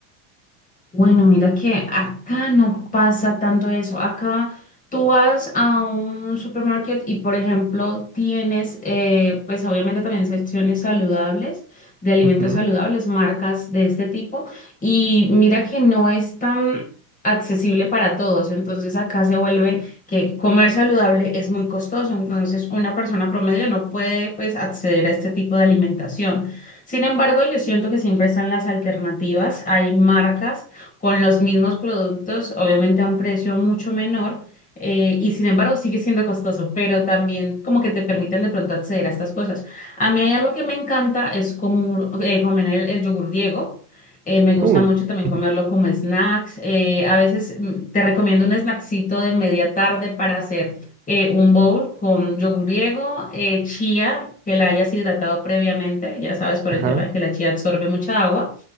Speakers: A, on the left; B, on the right.
A: Bueno, mira que acá no pasa tanto eso. Acá tú vas a un supermercado y, por ejemplo, tienes, eh, pues obviamente también secciones saludables, de alimentos
B: Ujú.
A: saludables, marcas de este tipo. Y mira que no es tan accesible para todos. Entonces acá se vuelve que comer saludable es muy costoso. Entonces una persona promedio no puede, pues, acceder a este tipo de alimentación. Sin embargo, yo siento que siempre están las alternativas. Hay marcas con los mismos productos, obviamente a un precio mucho menor, eh, y sin embargo sigue siendo costoso, pero también como que te permiten de pronto acceder a estas cosas. A mí hay algo que me encanta, es como, eh, comer el, el yogur Diego. Eh, me gusta
B: Uh,
A: mucho también
B: <laughs>
A: comerlo como snacks. Eh, a veces mm, te recomiendo un snacksito de media tarde para hacer eh, un bowl con yogur griego, eh, chía, que la hayas hidratado previamente, ya sabes por
B: Ajá,
A: el tema de que la chía absorbe mucha agua